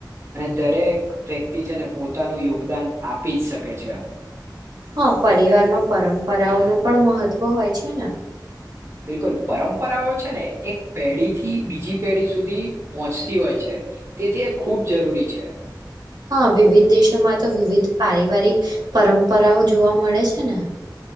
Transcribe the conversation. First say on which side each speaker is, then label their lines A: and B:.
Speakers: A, on the right; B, on the right.
A: અને દરેક વ્યક્તિ છે ને પોતાનું યોગદાન આપી જ શકે છે
B: હા પરિવારમાં પરંપરાઓનું પણ મહત્વ હોય છે
A: બિલકુલ પરંપરાઓ છે ને એક પેઢી થી બીજી પેઢી સુધી પહોંચતી હોય છે તેથી ખૂબ જરૂરી છે
B: હા વિવિધ દેશોમાં તો વિવિધ પારિવારિક પરંપરાઓ જોવા મળે છે ને